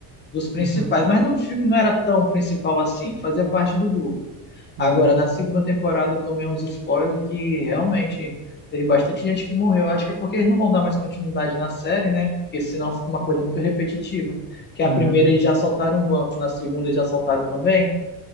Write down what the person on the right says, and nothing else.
Uhum,
uhum,
uhum.